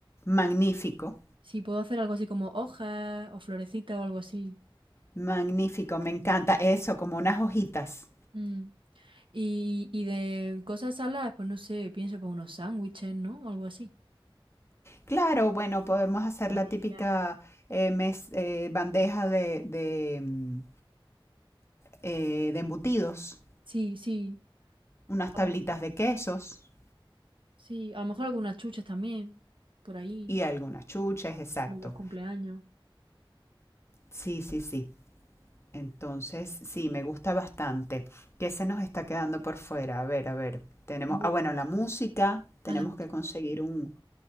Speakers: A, on the left (about 30°); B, on the right (about 65°).
A: Magnífico,
B: Sí, puedo hacer algo así como hojas o florecitas o algo así.
A: magnífico, me encanta eso, como unas hojitas.
B: Mm. Y, y de cosas saladas, pues no sé, pienso para unos sándwiches, ¿no? O algo así.
A: Claro, bueno, podemos hacer
B: Empanadillas,
A: la típica eh, mes- eh, bandeja de, de, mm, eh, de embutidos,
B: Sí, sí,
A: unas
B: algo
A: tablitas
B: así,
A: de quesos
B: sí. A lo mejor algunas chuches también, por ahí,
A: y algunas chuches, exacto.
B: como en los cumpleaños.
A: Sí, sí, sí. Entonces, sí, me gusta bastante. ¿Qué se nos está quedando por fuera? A ver, a ver. Tenemos,
B: Hombre,
A: ah, bueno, la música. Tenemos
B: A la música.
A: que conseguir un,